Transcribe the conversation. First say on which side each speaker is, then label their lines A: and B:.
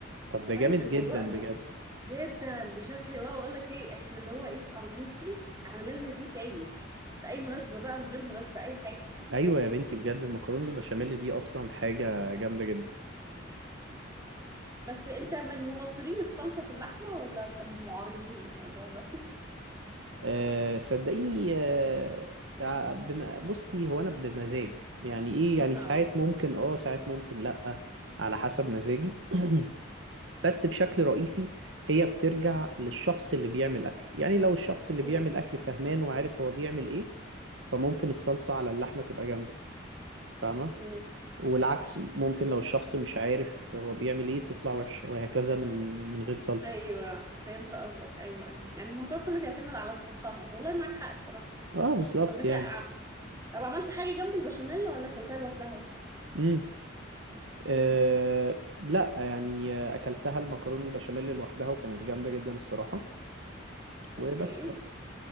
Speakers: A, on the right; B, on the right.
A: طب ده
B: فاهم
A: جامد
B: الموضوع
A: جدا
B: الم-
A: بجد
B: جدا بشكل واو اقول لك ايه احنا اللي هو ايه ارجوكي اعملي لنا دي تاني في اي مناسبه بقى من غير مناسبه اي حاجه
A: ايوه يا بنتي بجد المكرونة البشاميل دي اصلا حاجة جامدة جدا
B: بس انت من مناصرين الصلصه في اللحمه ولا انت من معارضين الموضوع ده
A: أه صدقيني أه ع- بم- بصي هو انا بمزاج يعني ايه
B: <laughs>
A: يعني
B: اه
A: ساعات ممكن اه ساعات ممكن لا على حسب مزاجي <clears throat> بس بشكل رئيسي هي بترجع للشخص اللي بيعمل أكل يعني لو الشخص اللي بيعمل
B: امم
A: أكل فهمان وعارف هو بيعمل إيه فممكن الصلصة على اللحمة تبقى جامدة فاهمة
B: امم
A: والعكس
B: صح
A: ممكن لو الشخص مش عارف هو بيعمل إيه تطلع وحشة وهكذا من من غير صلصة
B: ايوه فهمت قصدك ايوه ايوه يعني الموضوع كله بيعتمد على طبخها والله معاك حق بصراحه
A: اه بالظبط
B: طب بتاع
A: يعني
B: طب عملت حاجه جنب البشاميل ولا اكلتها لوحدها
A: امم آه لا يعني آه، أكلتها المكرونة البشاميل لوحدها وكانت جامدة جدا الصراحة وبس
B: اوكي
A: بقى